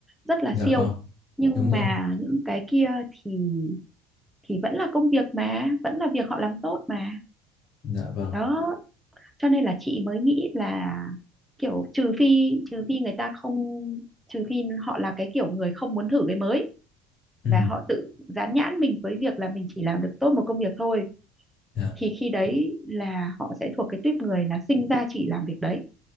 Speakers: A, in the centre; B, on the left.
A: rất là
B: dạ
A: siêu
B: vâng
A: nhưng
B: đúng rồi
A: mà những cái kia thì thì vẫn là công việc mà vẫn là việc họ làm tốt mà
B: dạ vâng
A: đó cho nên là chị mới nghĩ là kiểu trừ phi trừ phi người ta không trừ phi họ là cái kiểu người không muốn thử cái mới
B: ừ
A: và họ tự dán nhãn mình với việc là mình chỉ làm được tốt một công việc thôi
B: dạ
A: thì khi đấy là họ sẽ thuộc cái tuýp người là sinh ra chỉ làm việc đấy